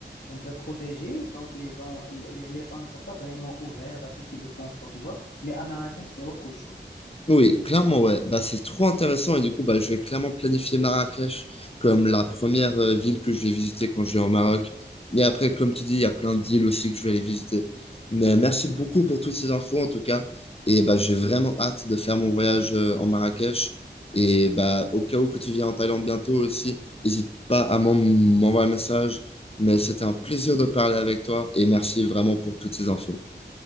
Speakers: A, on the left (about 75°); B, on the left (about 30°).
A: un peu protégée. Donc, les gens, les, les femmes ne sont pas vraiment ouvertes à tout type de transport, tu vois. Mais à Marrakech, c'est autre chose.
B: Oui, clairement, ouais. Bah, c'est trop intéressant et du coup, bah, je vais clairement planifier Marrakech comme la première euh, ville que je vais visiter quand je vais au Maroc. Et après, comme tu dis, il y a plein d'îles aussi que je vais aller visiter. Mais merci beaucoup pour toutes ces infos en tout cas. Et bah, j'ai vraiment hâte de faire mon voyage euh, en Marrakech. Et bah, au cas où que tu viens en Thaïlande bientôt aussi, n'hésite pas à m'en- m'envoyer un message. Mais c'était un plaisir de parler avec toi et merci vraiment pour toutes ces infos.